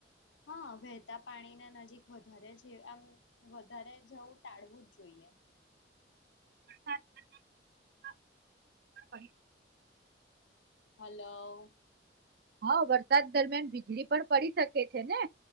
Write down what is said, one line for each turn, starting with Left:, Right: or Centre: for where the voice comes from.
Left: હા વહેતા પાણી ના નજીક વધારે આમ વધારે જવું ટાળવું જ જોઈએ. <unintelligible>
Right: <unintelligible>
Left: હલો.
Right: હા વરસાદ દરમિયાન વીજળી પણ પડી શકે છે, ને.